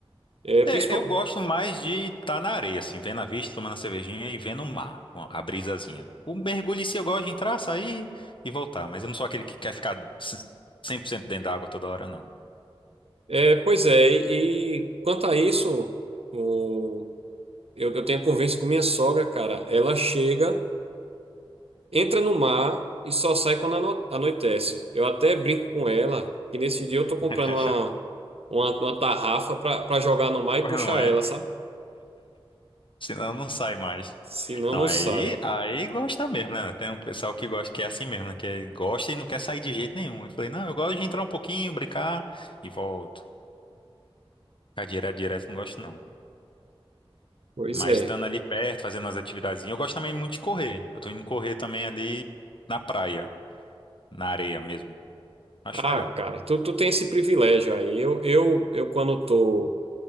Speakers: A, on the right; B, on the left.
A: É, principal,
B: É, eu gosto mais de estar na areia, assim, vendo a vista, tomando a cervejinha e vendo o mar, com a brisazinha. O mergulho em si eu gosto de entrar, sair e voltar, mas eu não sou aquele que quer ficar c- 100% dentro da água toda hora, não.
A: é, pois é, e, e quanto a isso, o, eu, eu tenho convivência com minha sogra, cara. Ela chega. entra no mar e só sai quando ano- anoitece. Eu até brinco com ela que nesse dia eu tô comprando
B: <laughs>
A: uma, uma, uma tarrafa pra, pra jogar no mar e
B: Pois
A: puxar
B: não é?
A: ela, sabe?
B: Senão não sai mais.
A: Senão
B: Não,
A: não
B: aí,
A: sai.
B: aí gosta mesmo, né? Tem um pessoal que gosta, que é assim mesmo, né? Que gosta e não quer sair de jeito nenhum. Eu falei, não, eu gosto de entrar um pouquinho, brincar e volto. Ficar direto, direto, não gosto, não.
A: Pois
B: Mas
A: é.
B: estando ali perto, fazendo as atividades. Eu gosto também muito de correr. Eu tô indo correr também ali na praia, na areia mesmo. Acho
A: Ah,
B: legal.
A: cara, tu, tu tem esse privilégio aí. Eu, eu, eu quando tô